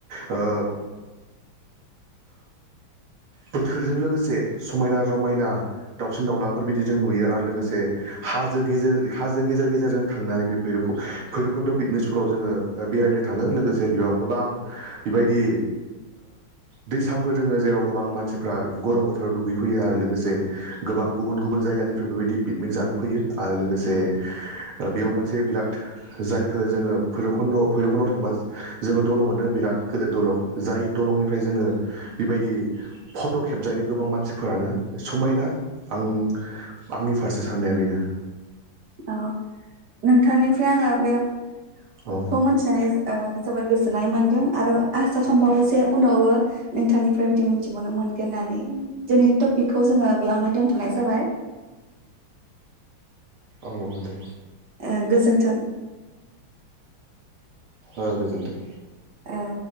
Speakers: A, on the right; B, on the right.
A: ओ बोथोरजों लोगोसे समायना- रमायना दाावसिन -दाउलाफोर बिदि जों नुयो आरो लोगोसे हाजो गेजेर हाजो गेजेर गेजेरजों थांनानै बे भैर -भैरबकुन्द' पिकनिक स्पटाव जोङो बेरायनो थाङो लोगोसे बेयाव गोबां बेबायदि दैसाफोर दोङो। जेराव गोबां मानसिफ्रा गरम बोथोराव दुगैफैयो आरो लोगोसे गोबां गुबुन गुबुन जायगानिफ्राय बेबायदि पिकनिक जानो फैयो आरो लोगोसे बेयाव मोनसे बिराद जायखौ जोङो भैराबखुन्द भैरबखुन्दआव थांबा जोङो दलं मोनो बिराद गेदेर दलं जाय दलंनिफ्राय जोङो बेबायदि फट' खेबजायो गोबां मानसिफोरानो समायना आं आंनि फारसे साननाया बेनो।
B: औ नोंथांनि ओमफ्राय आङो बेखौ
A: औ
B: मिथिनानै जोबोद गोजोननाय मोनदों आरो आसा खालामबावो जे उनावबो नोंथांनिफ्राय बिदि मिथिबावनो मोनगोन होननानै दिनैनि टपिकखौ जोङो बेयावनो दोनथ'नाय जाबाय।
A: औ औ दे।
B: ओ गोजोन्थों।
A: ओ गोजोन्थों।
B: औ